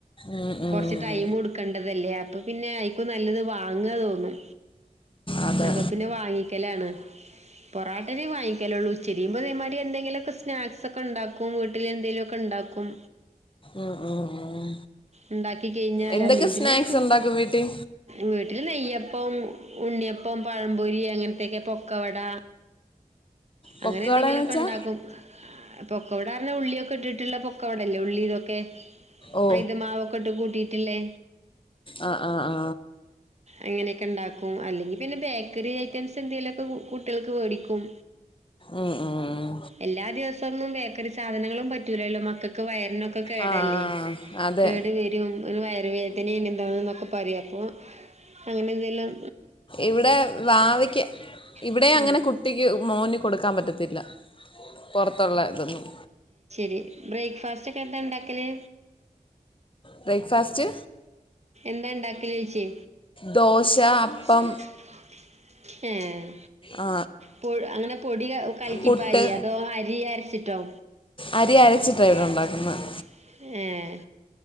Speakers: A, on the left (about 35°); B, on the right (about 50°).
A: ഉം, ഉം,
B: കുറച്ച്
A: ഉം.
B: ടൈമ് കൊടുക്കേണ്ടതല്ലേ അപ്പോൾ പിന്നെ അയ്ക്കും നല്ലത് വാങ്ങുകാ തോന്നും.
A: അതെ
B: അപ്പോ പിന്നെ വാങ്ങിക്കലാണ്. പൊറോട്ടേനെ വാങ്ങിക്കലുള്ളൂ <unintelligible> ഇതേ മാതിരി എന്തെങ്കിലും ഒക്കെ സ്നാക്സ് ഒക്കെ ഉണ്ടാക്കും വീട്ടിലെന്തേലും ഒക്കെ ഉണ്ടാക്കും
A: ഉം, ഉം, ഉം.
B: ഉണ്ടാക്കി തിന്നാലല്ലേ
A: എന്തൊക്കെ
B: ഇതിനെയൊക്കെ
A: സ്നാക്സ് ഉണ്ടാക്കും വീട്ടിൽ
B: വെട്ടി ഇത്തിരി നെയ്യപ്പം ഉണ്ണിയപ്പം പഴംപൊരി അങ്ങനത്തെയൊക്ക പൊക്കവട
A: പൊക്കവട
B: അങ്ങനെ എന്തെങ്കിലും
A: എന്ന്
B: ഒക്കെ
A: വെച്ചാ
B: ഉണ്ടാക്കും പൊക്കവടാന്ന് പറഞ്ഞ ഉള്ളിയൊക്കെ ഇട്ടിട്ട് ള്ള പൊക്കവടയല്ലേ ഉള്ളിയിതുവൊക്കെ
A: ഓ
B: മൈദ മാവ് ഒക്കെ ഇട്ട് കൂട്ടി വീട്ടിലെ
A: ആ ആ ആ
B: അങ്ങനെയൊക്കെ ഉണ്ടാക്കും അല്ലെങ്കിൽ പിന്നെ ബേക്കറി ഐറ്റംസ് എന്തേലും ഒക്കെ കു കുട്ടികൾക്ക് വേടിക്കും.
A: ഉം, ഉം.
B: എല്ലാ ദിവസവും ഒന്നും ബേക്കറിസാധനങ്ങളും പറ്റ റ്റൂലല്ലോ മക്കക്ക് വയറിനൊക്കെ കേടല്ലേ
A: ആ അതെ
B: കേട് വരും ഓല് വയറ് വേദനിം എന്താന്നൊക്കെ പറയും അപ്പോ അങ്ങനെന്തേലും
A: ഇവിടെ വാവയ്ക്ക് ഇവിടേം
B: ഇവിടെ
A: അങ്ങനെ കുട്ടിക്ക് മോന് കൊടുക്കാൻ പറ്റത്തില്ല പൊറത്തുള്ള ഇതൊന്നും
B: രി ബ്രേക്ക്ഫാസ്റ്റ് ഒക്കെ എന്താ ഇണ്ടാക്കല്
A: ബ്രേക്ക്ഫാസ്റ്റ്
B: എന്താ ഇണ്ടാക്കലോയ്ച്ചെ
A: ദോശ
B: ദോശ
A: അപ്പം
B: അപ്പം എഹ്
A: ആ,
B: പൊട് അങ്ങനെ പൊടി യ കലക്കി
A: പുട്ട്
B: പാരിയെ അതോ അരി അരച്ച് ഇറ്റോ
A: അരി അരച്ചിട്ടാണ്
B: അരി
A: ഇവിടെ
B: അരച്ച്
A: ഉണ്ടാക്കുന്നത്
B: കഴിഞ്ഞു ഏഹ്